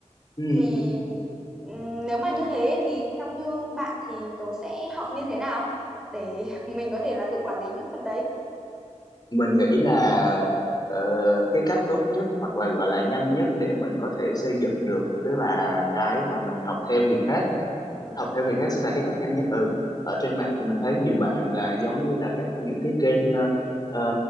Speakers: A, on the left; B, in the centre.
A: ừ.
B: thì ừm, nếu mà như thế thì theo như bạn thì tớ sẽ học như thế nào để <laughs> mình có thể là tự quản lý những phần đấy
A: Mình nghĩ là ờ, cái cách tốt nhất hoặc là gọi là nhanh nhất để mình có thể xây dựng được tức là cái mà mình học theo người khác
B: ừ.
A: học theo người khác sẽ là cái cách nhanh nhất ừ ở trên mạng thì mình thấy nhiều bạn là giống như là các những cái kênh ờ, ờ,